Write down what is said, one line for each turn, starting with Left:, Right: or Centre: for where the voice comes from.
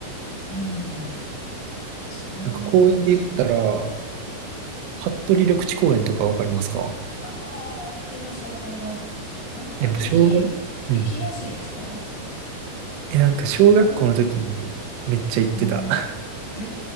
Left: うん、ですね。
Right: なんか公園で言ったら、
Left: そうそう。
Right: 服部緑地公園とかわかりますか
Left: ああ、わかります、わかります。なんか、
Right: やっぱ小学、
Left: 行き、
Right: うん。
Left: 行きやすいですか
Right: え、なんか小学校の時にめっちゃ行ってた。
Left: もう、あー
Right: <laughs>
Left: え